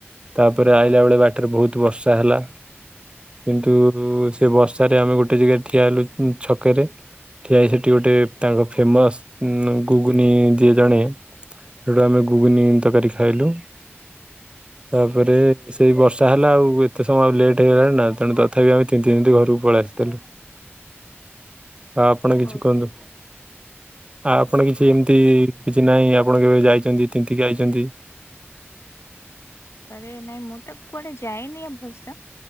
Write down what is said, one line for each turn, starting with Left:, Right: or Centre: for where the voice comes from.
Right: ତାପରେ ଆଇଲା ବେଳେ ବାଟରେ ବହୁତ ବର୍ଷା ହେଲା। କିନ୍ତୁ ସେ ବର୍ଷାରେ ଆମେ ଗୋଟେ ଜାଗାରେ ଠିଆ ହେଲୁ ଛକରେ। ଠିଆହେଇ ସେଠି ଗୋଟେ ତାଙ୍କ ଫେମସ୍ ଗୁଗୁନି ଦିଏ ଜଣେ ସୋଉଟୁ ଆମେ ଗୁଗୁନି ତରକାରୀ ଖାଇଲୁ। ତାପରେ ସେଇ ବର୍ଷା ହେଲା ଆଉ ଏତେ ସମୟ ଆଉ ଲେଟ୍ଇଗଲାଣି ନା, ତେଣୁ ତଥାପି ଆମେ ତିନ୍ତି ତିନ୍ତି ଘରକୁ ପଳେଇ ଆସିଥେଲୁ। <unintelligible> ଆଉ ଆପଣ କିଛି
Left: ବହୁତ
Right: କୁହନ୍ତୁ?
Left: ଭଲ।
Right: ଆ ଆପଣ କିଛି ଏମିତି କିଛି ନାହିଁ ଆ ପଣ କେବେ ଯାଇଛନ୍ତି ତିନ୍ତିକି ଆଇଛନ୍ତି?
Left: ଆରେ ନାଇଁ ମୁଁ ତ କୁଆଡେ ଯାଏନି ଅବଶ୍ୟ।